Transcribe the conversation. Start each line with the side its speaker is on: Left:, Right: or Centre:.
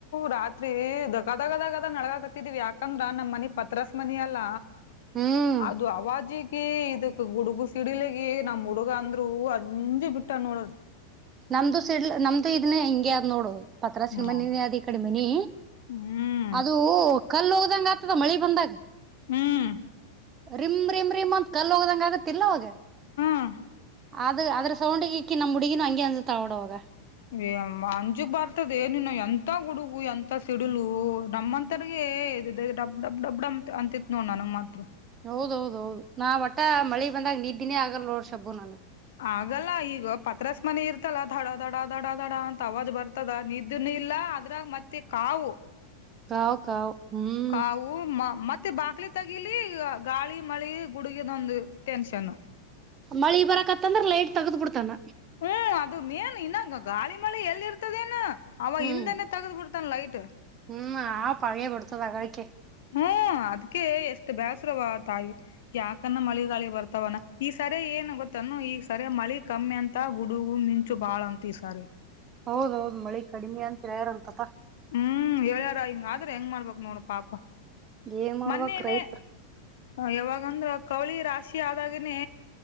Left: ರಾತ್ರಿ ದಗ ದಗ ದಗ ನಡಗಕತ್ತಿದಿವಿ ಯಾಕ ಯಾಕಂದ್ರ ನಮ್ಮ್ ಮನಿ ಪತ್ರಸ್ ಮನಿ ಅಲ್ಲ
Right: ಹ್ಮ್
Left: ಅದು ಅವಾಜಿ ಕೀ ಇದಕ್ ಗುಡುಗು ಸಿಡಿಲಿಗ ನಮ್ ಹುಡುಗ ಅಂದ್ರು ಅಂಜೆ ಬಿಟ್ಟ ನೋಡ.
Right: ನಮ್ದು ಸಿಡ್ಲ್ ನಮ್ದು ಇದನ್ನ ಹಿಂಗೆ ಅದ್ ನೋಡು. ಪತ್ರಾಸಿನ
Left: ಹ್ಮ್
Right: ಮನಿನೆ ಅದ ಈ ಕಡಿ ಮನಿ
Left: ಹ್ಮ್
Right: ಅದು ಕಲ್ ಒಗದಂಗ್ ಆಗ್ತದ ಮಳಿ ಬಂದಾಗ.
Left: ಹ್ಮ್.
Right: ರಿಮ್ ರಿಮ್ ರಿಮ್ ಅಂತ ಕಲ್ ಒಗ್ದಂಗ ಆಗತ್ತಿಲ್ಲ ಅವಾಗ.
Left: ಹ್ಮ್
Right: ಅದು ಅದ್ರ ಸೌಂಡ್ಗ್ ಈಕಿ ನಮ್ಮ ಹುಡುಗಿನು ಹಂಗೆ ಅಂಜ್ತಾಳ ನೋಡ್ ಆವಾಗ.
Left: ಏ ಅಂಜುಗ್ ಬರ್ತದ ಏನು ಎಂತ ಗುಡುಗು ಎಂತ ಸಿಡಿಲು ನಮ್ಮಂತ ತಡೆಗೆ ಇದೆ ಡಬ್ ಡಬ್ ಡಬ್ ಡಮ ಅಂತಿತ್ ನೋಡ್ ನನಗ್ ಮಾತ್ರ.
Right: ಹೌದ್ ಹೌದ್ ಹೌದು ನಾ ಒಟ್ಟ ಮಳಿ ಬಂದಾಗ ನೀದ್ದಿನೇ ಆಗಲ್ ನೋಡ್ ಶಬ್ಬು ನನಗ್.
Left: ಆಗಲ್ಲ ಈಗ ಪತ್ರಸ್ ಮನೆ ಇರ್ತಲ್ಲ ದಡ ದಡ ದಡ ದಡ ಅಂತ ಅವಾಜ್ ಬರ್ ತದ ನಿದ್ದನು ಇಲ್ಲ ಅದ್ರಾಗ ಮತ್ತೆ ಕಾವು.
Right: ಕಾವ್ ಕಾವ್ ಹ್ಮ್.
Left: ಕಾವು ಮ ಮತ್ತೆ ಬಾಕ್ಲು ತಗಿಲಿ ಗಾಳಿ ಮಳೆ ಗುಡುಗಿನೊಂದು ಟೆನ್ಷನ್.
Right: ಮಳಿ ಬರಕತ್ತಂದ್ರ ಲೈಟ್ ತಗ್ದ್ಬಬಿಡ್ತಾನ.
Left: ಹ್ಮ್ ಅದು ಮೇನ್ ಇನ್ನಂಗ ಗಾಳಿ ಮಳೆ ಎಲ್ಲಿ ಇರ್ತದೇನ ಅವ
Right: ಹ್ಮ್
Left: ಹಿಂದನೆೇ ತಗ್ದ್ ಬಿಡ್ತ್ ತ್ತ ಲೈಟು.
Right: ಹ್ಮ್ ಆ <unintelligible>
Left: ಹ್ಮ್ ಅದ್ಕೆ ಎಷ್ಟು ಬೇಸ್ರವ ತಾಯಿ. ಯಾಕಂದ ಮಳಿಗಾಳಿ ಬರ್ತವನಾ ಈ ಸರಿ ಏನು ಗೊತ್ತಾನ ಈ ಸರಿ ಮಳಿ ಕಮ್ಮಿ ಅಂತ ಗುಡುಗು ಮಿ ಚು ಬಾಳ ಅಂತ ಈ ಸಾರಿ.
Right: ಹೌದೌದು ಮಳಿ ಕಡಿಮೆ ಅಂತೇರತಪ.
Left: ಹ್ಮ್ ಹೇಳ್ಯಾರ ಹಿಂಗ ಆದ್ರ ಹೆಂಗ್ ಮಾಡ್ಬೇಕ್ ನೋಡ್ ಪಾಪ
Right: ಏನ್ ಮಾಡ್ಬೇಕ್
Left: ಮೊನ್ನೇನೆೇ
Right: ರೈತ್ರು
Left: ಹ ಯಾವಾಗೋಂದ್ ಕೌಳಿ ರಾಶಿ ಆದಾಗನೇ